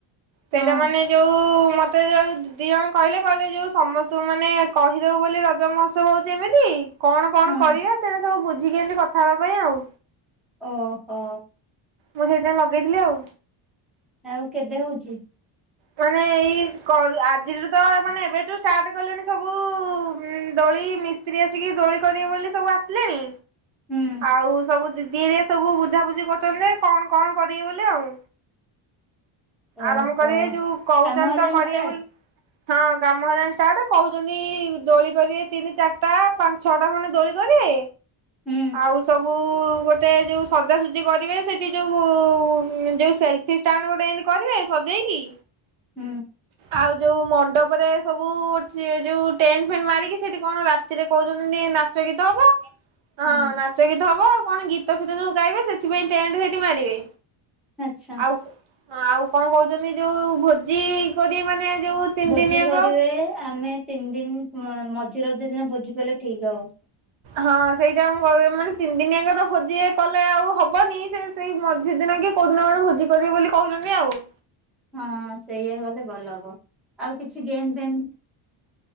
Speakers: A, on the right; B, in the centre.
A: ସେଇଟା
B: ହଁ
A: ମାନେ ଯୋଉ ମତେ ଯୋଉି ଦି ଜଣ କହିଲେ କହିଲେ ଯୋଉ ସମସ୍ତଙ୍କୁ ମାନେ କହିଦଉ ବୋଲି ରଜ ମହୋତ୍ସବ ହଉଛି ଏମିତି କଣ କଣ
B: ହୁଁ
A: କରିବା ସେ ସବୁ ବୁଝିକି ଆଣି କଥା ହେବା ପାଇଁ ଆଉ।
B: ଓ ହୋ।
A: ମୁଁ ସେଇଥିନ ଲଗେଇଥିଲି ଆଉ।
B: ଆଉ କେବେ ହଉଛି।
A: ମାନେ ଏଇ କ ଆଜିଠୁ ତ ମାନେ ଏବେଠୁ ଷ୍ଟାର୍ଟ କଲେଣି। ସବୁ ଦୋଳି ମିସ୍ତ୍ରୀ ଆସିକି ଦୋଳି କରିବେ ବୋଲି ସବୁ ଆସିଲେଣି।
B: ହୁଁ
A: ଆଉ ସବୁ ଦିଦି ଦି ଦଏ ସବୁ ବୁଝାବୁଝି କରୁଛନ୍ତି କଣ କଣ କରିବି ବୋଲି ଆଉ।
B: ଓହୋ
A: ଆରମ୍ଭ କରିବେ। ଯୋଉ କହୁଛନ୍ତି
B: କାମ ହେଲାଣି
A: ତ କରିବେ
B: ଷ୍ଟାର୍ଟ?
A: ବୋଲି ହଁ କାମ ହେଲାଣି ଷ୍ଟଟ କହୁଛନ୍ତି ଦୋଳି କରିବେ ତିନି ଚାରିଟା ପାଞ୍ଚ ଛଅଟା ଖଣ୍ଡେ ଦୋଳି କରିବେ।
B: ହୁଁ
A: ଆଉ ସବୁ କୋଉ ଗୋଟେ ଯୋଉ ସଜାସଜି କରିବେ ସେଠି ଯୋଉ ଯୋଉ ସେଲଫିଷ୍ଟାଣ୍ଡ ଗୋଟେ ଏମିତି କରିବେ ସଜେଇକି
B: ହୁଁ
A: ଆଉ ଯୋଉ ମଣ୍ଡପରେ ସବୁ ଯୋଉ ଟେଣ୍ଟ ଫେଣ୍ଟ ମାରିକି ସେଠି କଣ ରାତିରେ କହୁଛନ୍ତି ନାଚ ଗୀତ ହବ ହଁ
B: ହୁଁ
A: ନାଚ ଗୀତ ହବ ଆଉ କଣ ଗୀତ ଫୀତ ଯୋଉ ଗାଇବେ ସେଥିପାଇଁ ଟେଣ୍ଟ ସେଠି ମାରିବେ।
B: ଆଚ୍ଛା
A: ଆଉ ହଁ ଆଉ କଣ କହୁଛନ୍ତି ଯୋଉ ଭୋଜି କରି ମାନେ ଯୋଉ ତିନି
B: ଭୋଜି
A: ଦିନିଆଙ୍କ
B: କରିବେ ଆମେ ତିନି ଦିନ, ମଝି ରଜ ଦିନ ଭୋଜି କଲେ ଠିକ ହବ।
A: ହଁ ସେଇଟା ମୁଁ <unintelligible> ମାନେ ତିନି ଦିନିଆକ ତ ଭୋଜି କଲେ ଆଉ ହବନି ସେ ସେଇ ମଝି ଦିନ କି କୋଉ ଦିନ ଗୋଟେ ଭୋଜି କରିବେ ବୋଲି କହୁଛନ୍ତି ଆଉ।
B: ହଁ ସେଇୟା କଲେ ଭଲ ହବ। ଆଉ କିଛି ଗେମ୍ ଫେମ୍